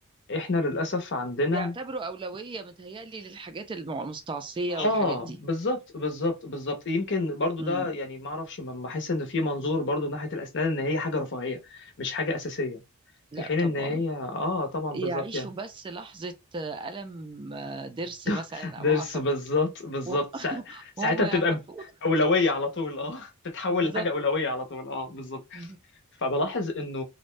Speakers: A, on the left; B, on the right.
A: إحنا للأسف عندنا
B: بيعتبروا أولوية متهيألي للحاجات المع- المستعصية
A: آه
B: والحاجات دي
A: بالظبط بالظبط بالظبط يمكن برضو
B: امم
A: ده يعني ما أعرفش ما بحس إن في منظور برضو ناحية الأسنان إن هي حاجة رفاهية مش حاجة أساسية
B: لا
A: في حين إن
B: طبعا
A: هي آه طبعا
B: يعيشوا
A: بالظبط يعني
B: بس لحظة آه، ألم آه، ضرس مثلا
A: <laughs>
B: أو
A: درس
B: عصب
A: بالظبط بالظبط
B: و- <laughs>
A: سا... ساعتها
B: وهم يعرفوا
A: بتبقى أولوية على طول آه تتحول
B: بالظبط
A: لحاجة أولوية على طول آه بالظبط
B: مم.
A: فبلاحظ انه